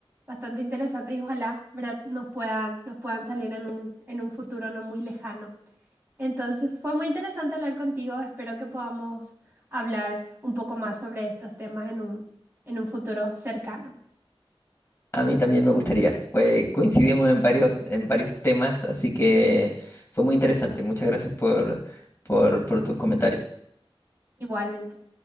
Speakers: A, on the right; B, on the left.
A: bastante interesantes y ojalá, ¿verdad? nos puedan, nos puedan salir en un, en un futuro no muy lejano. Entonces, fue muy interesante hablar contigo. Espero que podamos hablar un poco más sobre estos temas en un, en un futuro cercano.
B: A mí también me gustaría, pues coincidimos en varios, en varios temas, así que fue muy interesante. Muchas gracias por, por, por tus comentarios.
A: Igualmente.